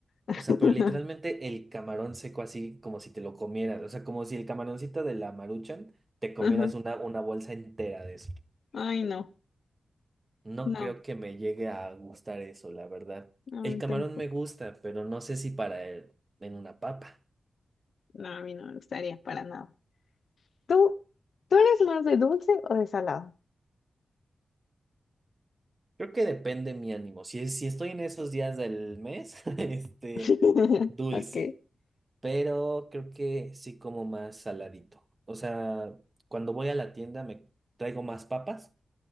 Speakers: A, on the left (about 60°); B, on the right (about 25°).
A: <laughs>
B: O sea, pero literalmente el camarón seco así como si te lo comieras. O sea, como si el camaroncito de la Maruchan te comieras
A: Ajá.
B: una, una bolsa entera de eso.
A: Ay, no,
B: No
A: no,
B: creo que me llegue a gustar eso, la verdad.
A: no,
B: El
A: a mí
B: camarón
A: tampoco.
B: me gusta, pero no sé si para él en una papa.
A: No, a mí no me gustaría para nada. ¿Tú, tú eres más de dulce o de salado?
B: Creo que depende mi ánimo. Si, si estoy en esos días del mes, <laughs> este,
A: <laughs>
B: dulce.
A: Ok.
B: Pero creo que sí como más saladito. O sea, cuando voy a la tienda me traigo más papas